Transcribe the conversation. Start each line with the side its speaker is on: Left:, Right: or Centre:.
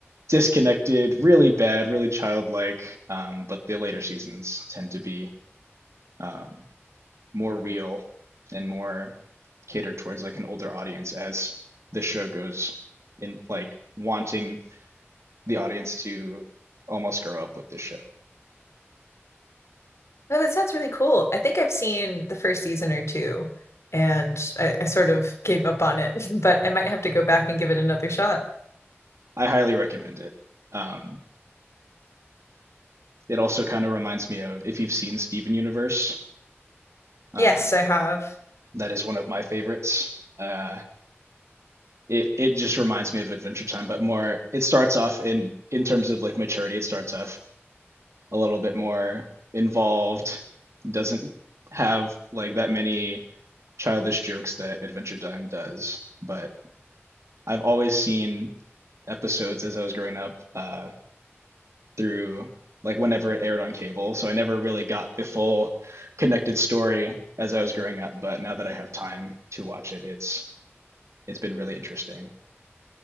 Right: disconnected, really bad, really childlike. Um, but the later seasons tend to be um, more real and more catered towards like an older audience as the show goes in like wanting the audience to almost grow up with the show.
Left: No, that sounds really cool. I think I've seen the first season or two and I, I sort of gave up on it, <laughs> but I might have to go back and give it another shot.
Right: I highly recommend it. Um, it also kind of reminds me of if you've seen Steven Universe, um,
Left: Yes, I have.
Right: that is one of my favorites. Uh, it it just reminds me of Adventure Time, but more. It starts off in in terms of like maturity. It starts off a little bit more involved. Doesn't have like that many childish jokes that Adventure Time does, but I've always seen episodes as I was growing up uh, through like whenever it aired on cable. So I never really got the full connected story as I was growing up, but now that I have time to watch it, it's it's been really interesting.